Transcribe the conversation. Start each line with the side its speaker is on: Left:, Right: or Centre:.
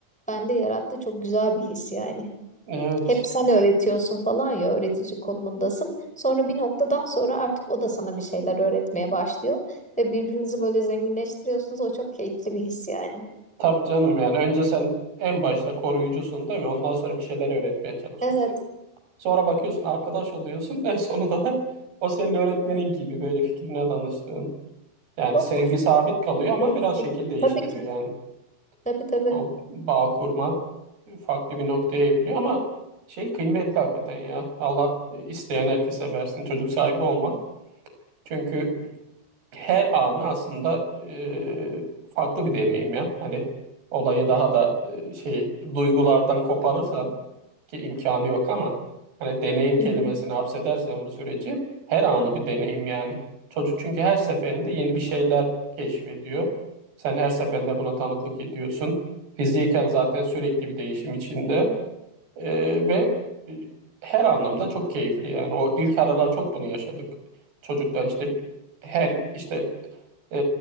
Centre: bende yarattı çok güzel bir his yani.
Right: Evet.
Centre: Hep sen öğretiyorsun falan ya öğretici konumundasın. Sonra bir noktadan sonra artık o da sana bir şeyler öğretmeye başlıyor. Ve birbirinizi böyle zenginleştiriyorsunuz. O çok keyifli bir his yani.
Right: Tabii canım yani önce sen en başta koruyucusun değil mi? Ondan sonra bir şeyler öğretmeye çalışıyorsun.
Centre: Evet,
Right: Sonra bakıyorsun arkadaş oluyorsun. En sonunda da <laughs> o senin öğretmenin gibi böyle fikrine danıştığın. Yani
Centre: çok
Right: sevgi sabit kalıyor ama
Centre: keyifli.
Right: biraz şekil değiştiriyor
Centre: Tabii ki.
Right: yani.
Centre: Tabii tabii.
Right: O bağ kurma farklı bir noktaya evriliyor ama şey kıymetli hakikaten ya. Allah isteyen herkese versin çocuk sahibi olmak. Çünkü her anı aslında e, farklı bir deneyim ya. Hani olayı daha da e, şey duygulardan koparırsan ki imkanı yok ama hani deneyim kelimesini
Centre: Hı hı.
Right: hapsedersen bu süreci her anı bir deneyim yani. Çocuk çünkü her seferinde yeni bir şeyler keşfediyor. Sen her seferinde buna tanıklık ediyorsun. Fiziken zaten sürekli bir değişim içinde. Ee, ve e, her anlamda çok keyifli yani. O ilk aralar çok bunu yaşadık. Çocuklar işte her işte e,